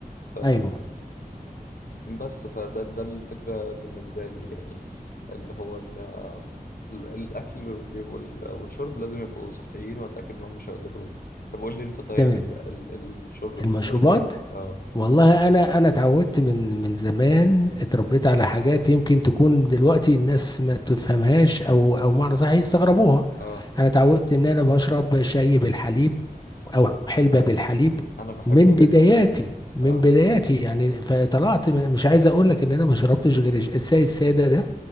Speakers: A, on the left (about 70°); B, on the left (about 25°).
A: ف...
B: ايوه
A: بس فده ده الفكرة بالنسبة لي يعني اللي هو ال... ال- الأكل بيبقوا ال- والشرب لازم يبقوا صحيين وأتأكد إنهم مش هيضروني طب قول لي أنت طيب
B: تمام
A: ال... ال... الشرب بالنسبة
B: المشروبات
A: لك إيه؟ آه
B: والله انا انا اتعودت من من زمان اتربيت على حاجات يمكن تكون دلوقتي الناس ما تفهمهاش او او معنى صح يستغربوها
A: آه
B: انا اتعودت ان انا بشرب شاي بالحليب او حلبة
A: آه.
B: بالحليب
A: أنا بحبه
B: من
A: جدا
B: بداياتي من
A: آه
B: بداياتي يعني فطلعت م- مش عايز اقول لك ان انا ما شربتش غير الش- الشاي الساده ده